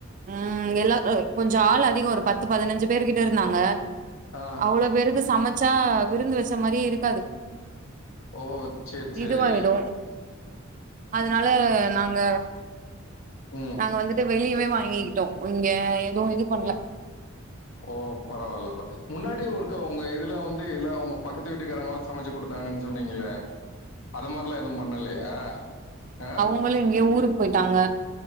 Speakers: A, on the right (about 40°); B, on the left (about 80°).
A: ம் எல்லா அ கொஞ்ச ஆள் அதிகோ ஒரு பத்து பதினஞ்சு பேரு கிட்ட இருந்தாங்க
B: ஆ
A: அவ்ளோ பேருக்கு சமைச்சா விருந்து வெச்ச மாரியே இருக்காது
B: ஓ சேர் செரி
A: இதுவாயிடு அதனால நாங்க
B: ம்
A: நாங்க வந்துட்டு வெளியவே வாங்கிக்கிட்டோ இங்க எதுவு இது பண்ணல
B: ஓ பரவால்லப்பா முன்னாடி ஒருக்க உங்க இதுல வந்து எல்லா உங்க பக்கத்து வீட்டுக்காரங்ளா சமைச்சு குடுத்தாங்கன் சொன்னீங்களே அது மாரலா எது பண்ணலையா அ
A: வுங்களு எங்கயோ ஊருக்கு போயிட்டாங்க